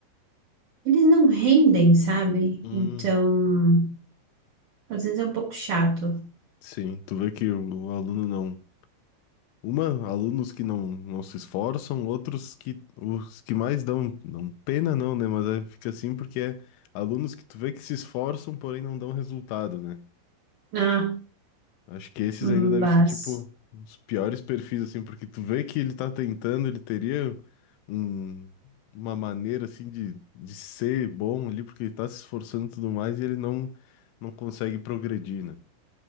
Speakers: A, on the right (about 75°); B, on the left (about 80°).
A: eles não rendem, sabe?
B: Hum,
A: Então, às vezes é um pouco chato.
B: Sim, tu vê que o, o aluno não. Uma, alunos que não, não se esforçam, outros que os que mais dão, não pena não, né? Mas é- fica assim porque é alunos que tu vê que se esforçam, porém não dão resultado, né?
A: Ah,
B: Acho que esses
A: hum,
B: ainda devem
A: mas
B: ser, tipo, os piores perfis, assim, porque tu vê que ele tá tentando, ele teria um- uma maneira, assim, de, de ser bom ali, porque ele tá se esforçando e tudo mais, e ele não, não consegue progredir, né?